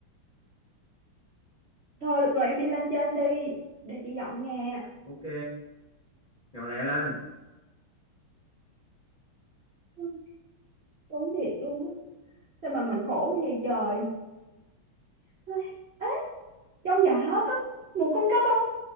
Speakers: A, on the right; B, on the left.
A: thôi được rồi em đi lên trên đi để chị dọn nhà
B: ok dọn lẹ lên
A: Ừ, đúng thiệt luôn á sao mà mình khổ cái gì trời ấy, ấy, trong giỏ đó có một con cá bóng